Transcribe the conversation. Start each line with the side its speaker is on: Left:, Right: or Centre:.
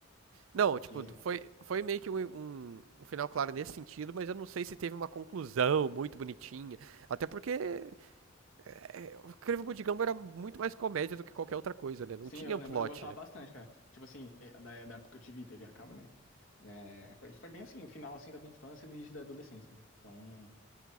Right: Não,
Left: Porque,
Right: tipo, foi, foi meio que um, um, um final claro nesse sentido, mas eu não sei se teve uma conclusão muito bonitinha. Até porque é, o Incrível Mundo de Gumball era muito mais comédia do que qualquer outra coisa, né? Não
Left: sim,
Right: tinha
Left: eu lembro,
Right: um plot,
Left: eu gostava
Right: né?
Left: bastante, cara. Tipo assim, eh, da, da época que eu tive TV a cabo, né? É, foi, foi bem assim, o final assim da minha infância e do início da adolescência, né? Então,